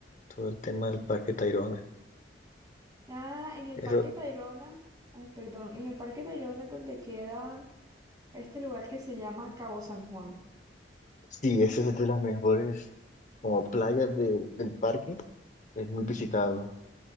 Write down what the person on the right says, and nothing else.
Ah, en el
Parque Tayrona, ay, perdón, en el Parque Tayrona es donde queda este lugar que se llama Cabo San Juan.